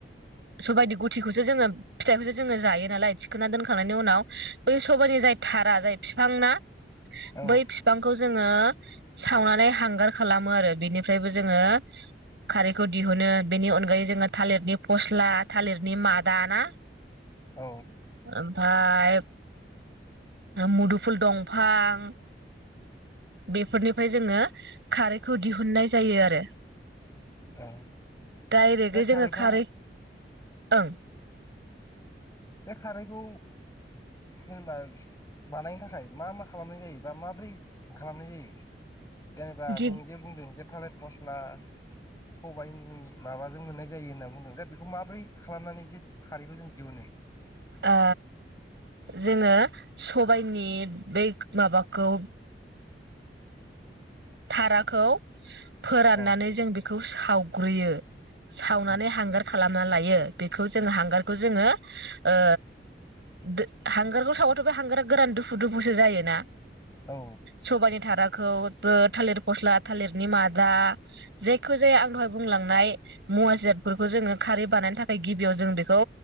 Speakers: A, on the right; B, on the left.
A: सबायनि गुथिखौसो जोङो फिथाइखौसो जोङो जायो नालाय थिखोना दोनखांनायनि उनाव बै सबायाइनि जाय थारा जाय बिफां ना
B: औ
A: बै बिफांखौ जोङो सावनानै हांगार खालामो आरो बेनिफ्रायबो जोङो खारैखौ दिहुनो बेनि अनगायै जोङो थालिरनि फस्ला थालिरनि मादा ना
B: औ
A: ओमफ्राय मुदुफुल दंफां बेफोरनिफ्राय जोङो खारैखौ दिहुननाय जायो आरो
B: औ
A: डाइरेक्टयै
B: बे खारैखौ
A: जोङो खारै ओं
B: बे खारैखौ जेनेबा बानायनो थाखाय मा मा खालामनाय जायो बा माब्रै खालामनाय जायो जेनेबा
A: गि
B: नों जे बुंदों जे थालेट फस्ला सबायनि माबाजों मोननाय जायो होनना बुंदों जे बेखौ माब्रै खालामनानै जों खारैखौ जों दिहुनो
A: ओ जोङो सबायनि बे माबाखौ थाराखौ फोराननानै
B: अ
A: जों बेखौ बेखौ सावग्रोयो सावनानै
B: उम
A: हांगार खालाम खालामना लायो बेखौ जोंङो हांगारखौ जोंङो ओ <unintelligible> हांगारखौ साबाथ बे हांगारा गोरान दुफु दुफुसो जायो ना
B: औ
A: सबानि थारा खौबो थालिर फस्ला थालिरनि मादा जायखि जाया आं दहाय बुंलांनाय मुवााजिरादफोरखौ जोंङो खारै बानायनो थाखाय गिबियाव जों बेखौ